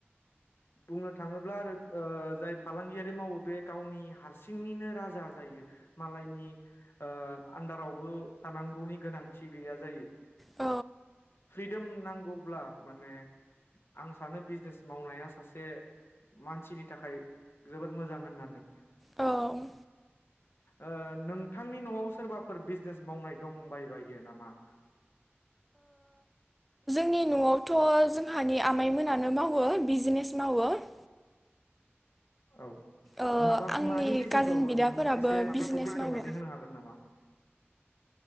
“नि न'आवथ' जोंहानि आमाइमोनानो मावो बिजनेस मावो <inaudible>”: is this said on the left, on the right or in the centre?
Centre